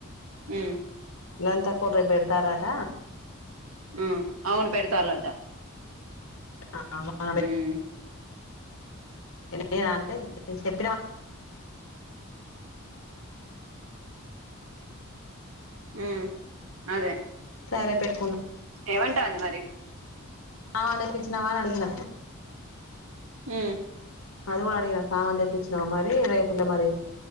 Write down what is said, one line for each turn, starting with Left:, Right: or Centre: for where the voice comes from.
Right: ఉమ్
Left: లలితక్కొల్లు రేపు బేడతారాట
Right: ఉమ్ అవును పెడుతాళ్ళట
Left: <inaudible>
Right: ఉమ్
Left: నేను అంటే చెప్పిన <inaudible> <inaudible>
Right: ఉ అదే
Left: సరే పెట్టు
Right: ఏమంటోంది మరి
Left: ఆ తెపిచ్చినావ అని ఆడిగిన
Right: హ్మ్
Left: అది కూడా అడిగిన సామాన్ తెప్పింనావ మరి రేపు ఇంగ మరి